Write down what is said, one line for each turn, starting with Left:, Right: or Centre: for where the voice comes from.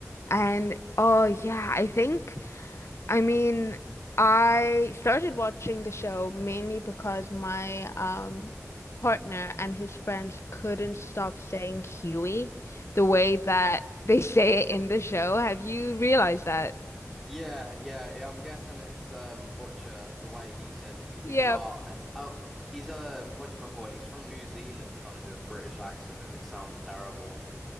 Left: And oh, yeah, I think. I mean, I started watching the show mainly because my um partner and his friends couldn't stop saying Huey the way that they <laughs> say it in the show. Have you realized that?
Centre: Yeah, yeah, yeah, I'm guessing it's um Butcher the way he says it because he's
Left: Yeah.
Centre: got it's out. He's um what do you call it? He's from New Zealand trying to do a British accent and it sounds terrible.